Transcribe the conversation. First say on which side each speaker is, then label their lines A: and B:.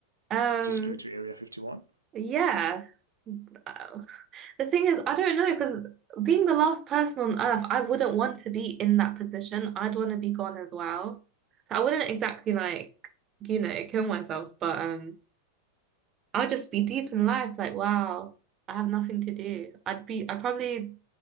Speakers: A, on the right (about 30°); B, on the right (about 85°).
A: Um,
B: Just go to Area 51?
A: yeah. Uh, The thing is, I don't know because being the last person on earth, I wouldn't want to be in that position. I'd want to be gone as well. So I wouldn't exactly like, you know, kill myself, but um, I'll just be deep in life. Like, wow, I have nothing to do. I'd be, I'd probably